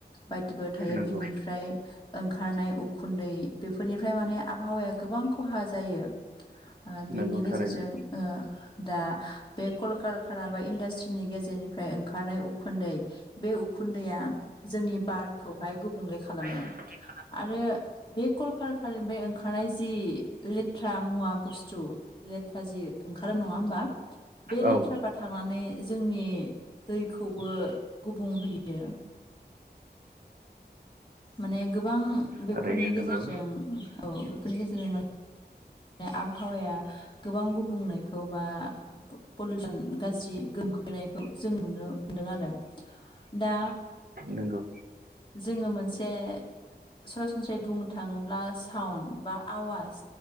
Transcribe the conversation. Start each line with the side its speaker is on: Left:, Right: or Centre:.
Left: बायदिबो थायो
Right: नंगौ
Left: बिनिफ्राय ओंखारनाय उखुन्दै बेफोरनिफ्राय माने आबहावाया गोबां खहा जायो आओ बिनि
Right: नंगौ
Left: गेजेरजों
Right: थारैनो
Left: ओ दा बे कलकारखाना बा इन्डास्ट्रिनि गेजेरजों निफ्राय ओंखारनाय उखुन्दै बे उखुन्दैआ जोंनि बारखौहाय गुबुंले खालामो
Right: बेखाना
Left: आरो बे कलकारकानिफ्राय ओंखारनाय जि लेथ्रा मुवा बुस्थु लेथ्रा जि ओंखारो नङा होमबा बे
Right: औ
Left: लेथ्राफ्रा थांनानै जोंनि दैखौबो गुबुं होयो माने गोबां बेफोरनि
Right: थारैनो
Left: गेजेरजों
Right: नंगौ
Left: औ बेफोरनि गेजेरजों माने आबहावाया गोबां गुबुंनायखौ बा पलिउसन गाज्रि गोहोम खोखैनाय जों नुनो मोनदों आरो दा
Right: नंगौ
Left: जोङो मोनसे सरासनस्रायै बुंनो थाङोब्ला साउन्ड बा आवाज